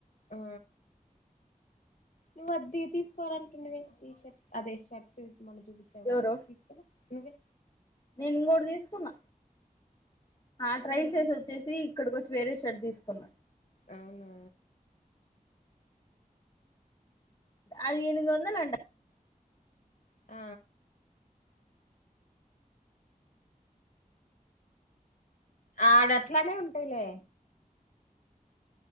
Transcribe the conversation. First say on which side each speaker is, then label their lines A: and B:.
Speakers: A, on the left; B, on the left.
A: <inaudible>
B: ఆ నువ్వు అది తీ తీసుకోవాలంటున్నవే టీ షర్ట్ అదే షర్ట్ మొన్న చూపించావు కదా
A: ఎవరు
B: అద్ తీసుకోలే నువ్వే
A: నేను ఇంకోటి తీసుకున్నా ఆ
B: ఆల్రెడీ
A: ట్రైల్స్ వేసి
B: తీసు
A: వచ్చేసి ఇక్కడికి కొచ్చి వేరే షట్ తీసుకున్నా
B: అవునా
A: అది ఎనిమిది వందలు అంట
B: ఆ ఆడట్లానే ఉంటయిలే